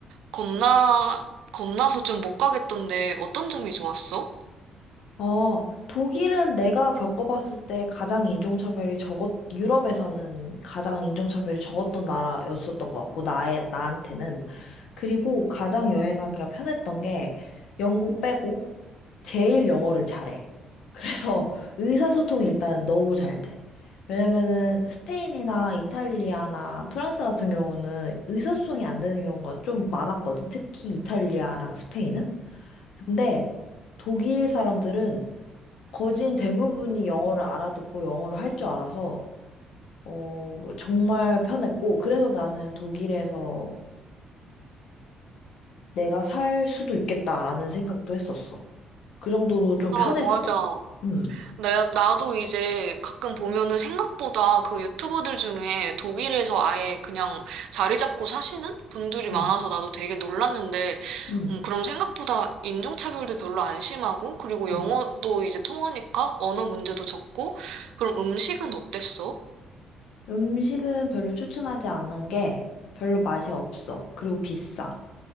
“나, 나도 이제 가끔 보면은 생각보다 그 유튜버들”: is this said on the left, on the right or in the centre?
Right